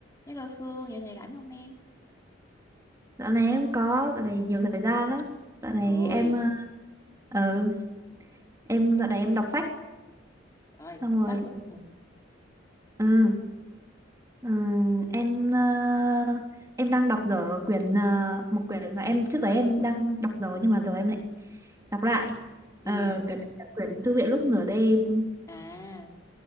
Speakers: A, on the left; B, on the right.
A: Hello Phương, giờ này rảnh không em?
B: Dạo này em có dạo này nhiều thời gian lắm. Dạo này
A: Ôi,
B: em ờ ừ, em dạo này em đọc sách
A: trời ơi,
B: xong
A: đọc
B: rồi.
A: sách luôn.
B: Ừ. Ừ, em ờ, em đang đọc dở quyển ờ, một quyển mà em trước đấy em đang đọc rồi nhưng mà giờ em lại đọc lại.
A: Ừ,
B: Ờ quyển đấy là quyển Thư viện lúc nửa đêm.
A: à,